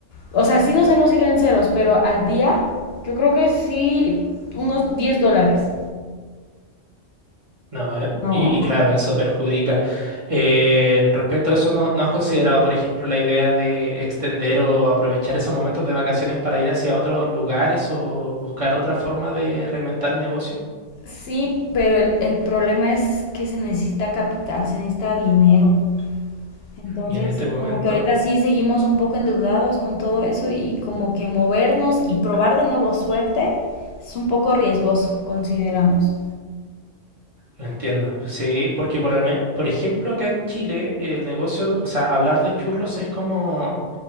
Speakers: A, on the left; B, on the right.
A: o sea, sí nos hemos ido en ceros, pero al día yo creo que sí unos 10 dólares.
B: No, eh,
A: No.
B: y, y claro, eso perjudica. Eh, respecto a eso, ¿no, no has considerado, por ejemplo, la idea de extender o aprovechar esos momentos de vacaciones para ir hacia otros lugares o buscar otra forma de reinventar el negocio?
A: Sí, pero el, el problema es que se necesita capital, se necesita dinero. Entonces,
B: Y en este momento...
A: como que ahorita sí seguimos un poco endeudados con todo eso y como que movernos y probar de nuevo suerte es un poco riesgoso, consideramos.
B: Entiendo. Sí, porque por, alme- por ejemplo acá en Chile el negocio, o sea, hablar de churros es como